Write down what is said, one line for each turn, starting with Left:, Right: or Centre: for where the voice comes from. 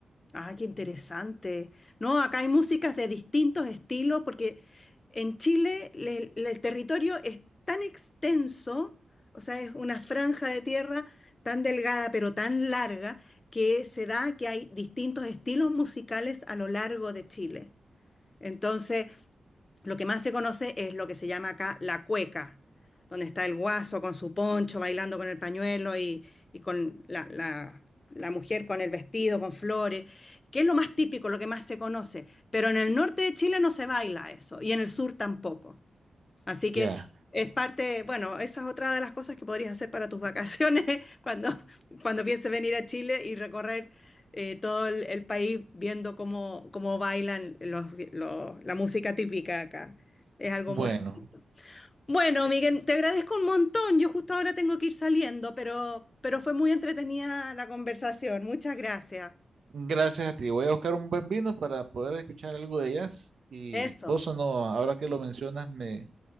Left: Ah, qué interesante. No, acá hay músicas de distintos estilos porque en Chile le- le- el territorio es tan extenso, o sea, es una franja de tierra tan delgada pero tan larga que se da que hay distintos estilos musicales a lo largo de Chile. Entonces, Lo que más se conoce es lo que se llama acá la cueca, donde está el guaso con su poncho bailando con el pañuelo y, y con la, la- la mujer con el vestido, con flores, que es lo más típico, lo que más se conoce. Pero en el norte de Chile no se baila eso y en el sur tampoco. Así que
Right: Ya,
Left: es parte, bueno, esa es otra de las cosas que podrías hacer para tus vacaciones <laughs> cuando, cuando pienses venir a Chile y recorrer eh, todo el, el país viendo cómo, cómo bailan los, los- la música típica acá. Es algo
Right: bueno,
Left: muy bonito. Bueno, Miguel, te agradezco un montón. Yo justo ahora tengo que ir saliendo, pero, pero fue muy entretenida la conversación. Muchas gracias.
Right: gracias a ti. Voy a buscar un buen vino para poder escuchar algo de jazz. Y
Left: Eso,
Right: Bossa no, ahora que lo mencionas, me,